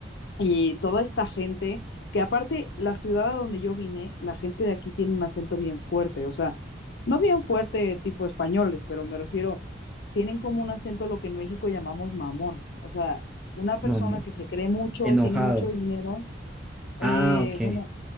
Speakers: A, on the left; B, in the centre.
A: Y toda esta gente, que aparte la ciudad a donde yo vine, la gente de aquí tiene un acento bien fuerte, o sea, no bien fuerte tipo españoles, pero me refiero, tienen como un acento lo que en México llamamos mamón, o sea, una
B: Mamá.
A: persona que se cree mucho,
B: Enojado.
A: tiene mucho dinero,
B: Ah,
A: eh,
B: ok.
A: bueno,